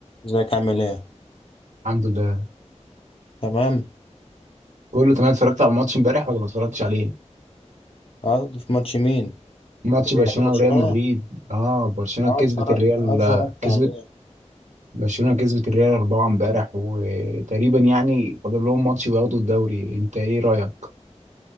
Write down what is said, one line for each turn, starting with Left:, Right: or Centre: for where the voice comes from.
Left: ازيك عامل ايه؟
Right: الحمد لله
Left: تمام
Right: كله تمام اتفرجت على الماتش امبارح ولا ما اتفرجتش عليه
Left: اه في ماتش مين؟
Right: ماتش
Left: الريال
Right: برشلونة
Left: وبرشلونة؟
Right: وريال مدريد اه برشلونة
Left: اه
Right: كسبت
Left: اتفرج
Right: الريال
Left: اه اتفرجت
Right: كسبت
Left: عليه
Right: برشلونة كسبت الريال أربعة امبارح وتقريبا يعني فاضل لهم ماتش وياخدوا الدوري انت ايه رأيك؟